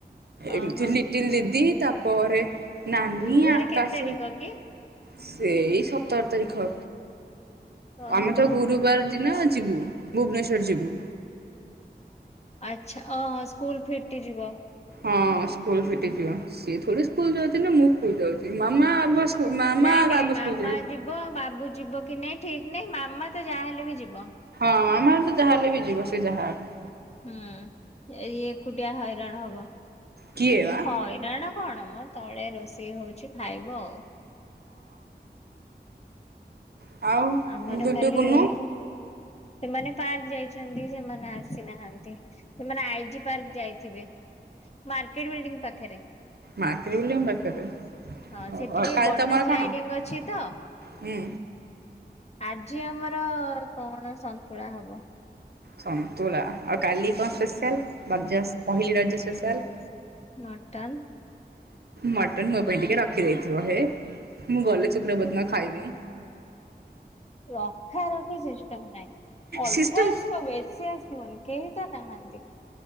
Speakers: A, on the right; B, on the left.
A: ଏମିତି
B: ଓହୋ
A: ଲିଟିଲ୍ ଦିଦି ତାପରେ ନାନୀ
B: ବୁଧବାର
A: ଆକାଶ
B: କେତ୍ ତାରିକ୍ କି?
A: ସେଇ ସତର ତାରିଖ।
B: ଓହୋ
A: ଆମେ ତ ଗୁରୁବାର ଦିନ ଅଛ ବୁ ଭୁବନେଶ୍ୱର ଯିବୁ।
B: ଆଚ୍ଛା ଅ ହଁ ସ୍କୁଲ ଫିଟି ଯିବ।
A: ହଁ ସ୍କୁଲ ଫିଟିଯିବ ସିଏ ଥୋଡି ସ୍କୁଲ ଯାଉଛି ନା ମୁଁ ସ୍କୁଲ ଯାଉଛି ମାମା ମାମା
B: ନାଇଁ ନାଇଁ
A: ବାବା
B: ମାମା
A: ସ୍କୁଲ ଯିବେ।
B: ଯିବ ବାବୁ ଯିବ କି ନାଇଁ ଠିକ ନାଇଁ ମାମା ତ ଯାହାହେଲେ ବି ଯିବ।
A: ହଁ ଆମର ତ ଯାହା ହେଲେ ବି ଯିବ ସେ ଯାହା ହଉ।
B: ହୁଁ ହେଇ ଏ ଏକୁଟିଆ ହଇରାଣ ହବ।
A: କିଏ ବା?
B: ହଁ ଏଡାଣ କଣ <unintelligible> ହଁ ତଳେ ରୋଷେଇ ହଉଛି ଖାଇବ।
A: ହଁ ଆଉ
B: ଆମର
A: ଡୁଡୁ
B: କାଲି
A: କୁନୁ
B: ସେମାନେ ପାର୍କ ଯାଇଛନ୍ତି ସେମାନେ ନା ଆସି ନାହାନ୍ତି। ସେମାନେ ଆଇଜି ପାର୍କ ଯାଇଥିବେ। ମାର୍କେଟ ବିଲ୍ଡିଂ ପାଖରେ,
A: ମାର୍କେଟବିଲିୟମ ପାଖରେ।
B: ହଁ
A: ଓହୋ
B: ସେଠି ଟିକେ
A: କାଲି
B: ବଡ଼
A: ତମର
B: ସ୍ଲାଇଡିଙ୍ଗ
A: କଣ?
B: ଅଛି ତ
A: ହୁଁ
B: ଆଜି ଆମର କଣ ସନ୍ତୁଳା ହବ।
A: ସନ୍ତୁଳା, ଆଉ କାଲି କଣ ସ୍ପେସିଆଲ୍ ରଜ ପହିଲି ରଜ ସ୍ପେସିଆଲ୍।
B: ମଟନ୍।
A: ମଟନ ମୋ ପାଇଁ ଟିକେ ରଖିଦେଇଥିବ ହେ ମୁଁ ଗଲେ ଶୁକ୍ରବାର ଦିନ ଖାଇବି।
B: ରଖା ରଖି ସିଷ୍ଟମ ନାହିଁ। ଅଳ୍ପ
A: ସିଷ୍ଟମ
B: ଆସିବ ବେଶୀ ଆସିବନି କେହି ତ ନାହାନ୍ତି।